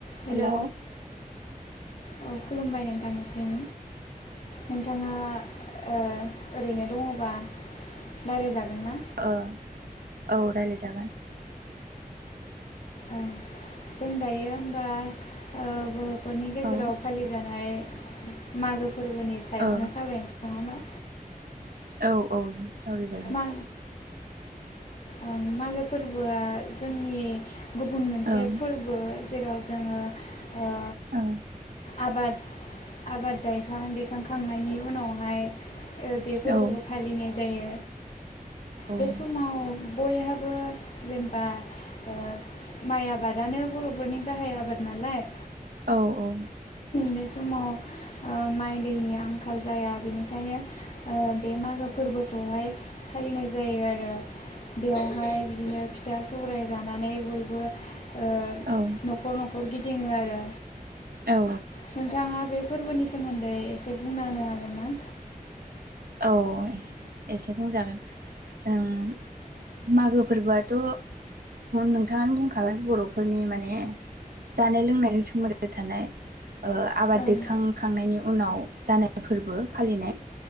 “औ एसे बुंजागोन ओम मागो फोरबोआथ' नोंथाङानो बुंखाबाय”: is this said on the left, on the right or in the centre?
Right